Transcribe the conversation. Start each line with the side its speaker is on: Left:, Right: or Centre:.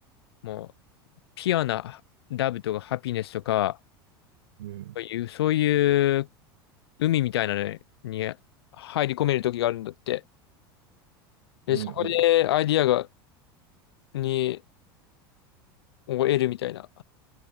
Left: もう、ピュアなラブとかハピネスとか、
Right: うん、
Left: そういう、そういう海みたいなのに入り込める時があるんだって。で、
Right: うん、
Left: そこでアイディアが、
Right: うん、
Left: に、を得るみたいな。